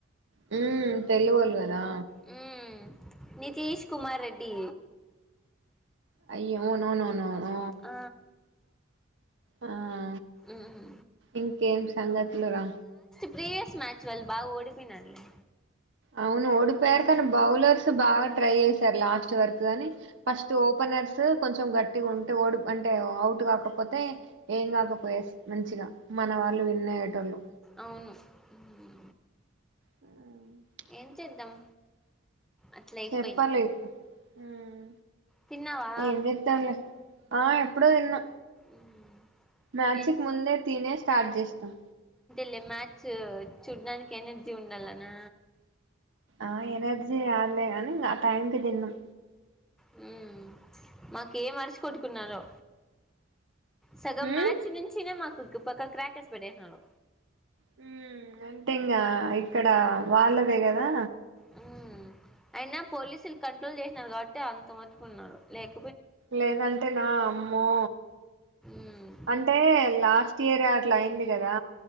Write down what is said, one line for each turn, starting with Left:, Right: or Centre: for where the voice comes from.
Right: హమ్ తెలవదు కదా
Centre: హమ్ నితీష్ కుమార్ రెడ్డి
Right: అయ్యో అవునువునువ
Centre: ఆ
Right: ఆ ఆ
Centre: మ్మ్
Right: ఇంకేం సంగతులు రా
Centre: ప్రీవయస్ మ్యాచ్ వల్ బాగా ఓడిపనర్లే
Right: అవును ఓడిపోయారు కానీ బౌల్లెర్స బాగా ట్రై చేస్త సార్ లాస్ట్ వరకు గా అని ఫస్ట్ ఓపెనర్స్ కొంచెం గట్టిగా ఉంటే ఓడు అంటే అవుట్ కాకపోతే ఏం కాకపోయే మంచిగా మన వాళ్ళు విన్న ఏటోలు
Centre: అవును మ్మ్.
Right: హమ్ ము
Centre: ఏం చేద్దాం అట్లా అయిపోయింది
Right: చెప్పాలి హమ్
Centre: తిన్నావా
Right: ఏం చేత్తాలే ఆహ్ ఇప్పుడే తిన్న
Centre: మ్మ్
Right: మ్యాచ్కు
Centre: ఏ
Right: ముందే తీనే స్టార్ట్ చేశాం
Centre: లే మ్యాచ్ చూడ్డానికి ఎనర్జీ ఉండాలనా
Right: ఆహ్ ఎనర్జీ కాదులే గని ఆహ్ టైంకి తిన్న
Centre: హమ్ మాకు ఏ మరిచి కొట్టుకున్నారో సగం
Right: మ్మ్
Centre: మ్యాచ్ నుంచినే మాకు పక్క క్రాకర్స్ పెట్టేస్నారు
Right: హామ్ అంటే ఇంగ ఇక్కడ వాళ్ళదే కదా
Centre: హమ్ అయినా పోలీసులు కంట్రోల్ చేసినారు కాబట్టి అంత మట్టుకున్నారు లేక
Right: లేదంటే నా అమ్మో
Centre: ఉమ్
Right: అంటే లాస్ట్ ఇయర్ అట్లా అయింది కదా